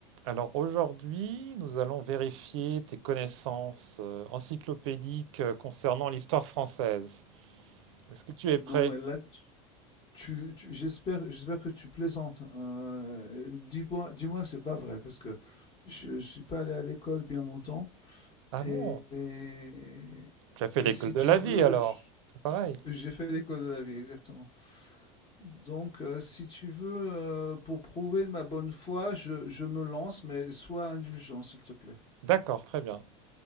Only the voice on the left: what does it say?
Non,
mais là, tu, tu- tu- j'espère, j'espère que tu plaisantes. Euh, dis-moi, dis-moi que c'est pas vrai, parce que je, je suis pas allé à l'école bien longtemps.
Et,
et,
et
si
tu
veux,
je-
j'ai fait l'école de la vie, exactement. Donc, euh, si tu veux, euh, pour prouver ma bonne foi, je, je me lance, mais sois indulgent, s'il te plaît.